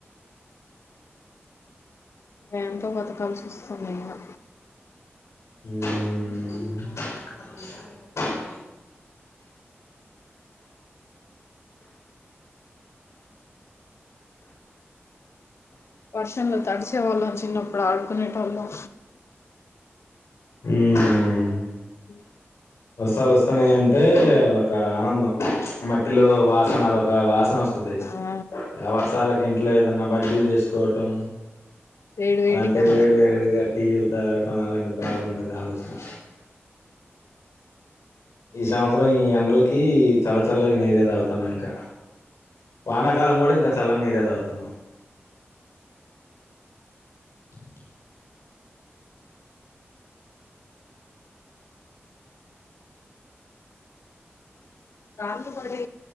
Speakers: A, on the left; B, on the left.
A: భయంతో బతకాల్సి వస్తుంది అయినా
B: మ్
A: వర్షంలో తడిచేవాళ్ళం చిన్నప్పుడు ఆడుకునేటోళ్ళం
B: మ్
A: అ
B: వర్షాలు వస్తున్నాయి అంటే అదొక ఆనందం మట్టిలో వాసన అదొక వాసనోస్తది
A: ఆ
B: ఆ వర్షాలకు ఇంట్లో ఏదన్నా బజ్జీలు చేసుకోవటం
A: వేడి వేడిగా
B: అలాంటిే వేడి వేడిగా టీలు తాగ్ టం అలాంటి బాగుంటది ఆలోచన ఈ సంవత్సరం ఈ ఎండలకీ చల్ల చల్లగా నీరే తాగుతున్నా ఇంకా వానాకాలం గుడా ఇంకా చల్లని నీరే తాగుతాను. అ
A: రాళ్ళు పడి